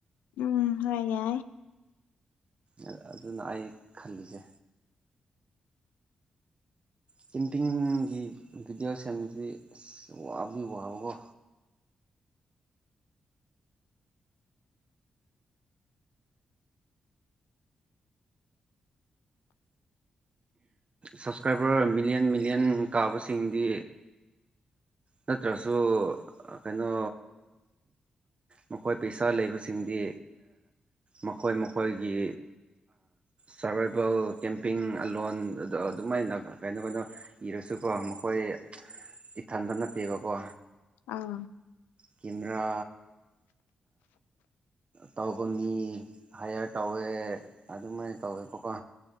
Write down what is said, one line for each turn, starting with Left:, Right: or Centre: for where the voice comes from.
Left: ꯎꯝ ꯍꯥꯏꯦ
Right: ꯎꯝ ꯑꯗꯨꯅ ꯑꯩ ꯈꯜꯂꯤꯁꯦ ꯀꯦꯝꯄꯤꯡꯒꯤ ꯚꯤꯗꯤꯑꯣ ꯁꯦꯝꯗꯤ ꯑꯁ ꯋꯥꯕꯨꯗꯤ ꯋꯥꯕꯀꯣ ꯁꯞꯁꯀ꯭ꯔꯥꯏꯕꯔ ꯃꯤꯂꯤꯌꯟ ꯃꯤꯂꯤꯌꯟ ꯀꯥꯕꯁꯤꯡꯗꯤ ꯅꯠꯇ꯭ꯔꯁꯨ ꯀꯩꯅꯣ ꯃꯈꯣꯏ ꯄꯩꯁꯥ ꯂꯩꯕꯁꯤꯡꯗꯤ ꯃꯈꯣꯏ ꯃꯈꯣꯏꯒꯤ ꯁꯔꯚꯏꯚꯦꯜ ꯀꯦꯝꯄꯤꯡ ꯑꯣꯟ ꯑꯗ ꯑꯗꯨꯃꯥꯏꯅ ꯀꯩꯅꯣ ꯀꯩꯅꯣ ꯏꯔ ꯀꯩꯁꯨ ꯀꯣ ꯃꯈꯣꯏ ꯏꯊꯟꯇ ꯅꯠꯇꯦꯕꯀꯣ
Left: ꯑꯥ
Right: ꯀꯦꯦꯝꯔꯥ ꯇꯧꯕ ꯃꯤ ꯍꯥꯏꯌꯔ ꯇꯧꯋꯦ ꯑꯗꯨꯃꯥꯏꯅ ꯇꯧꯋꯦꯕꯀꯣ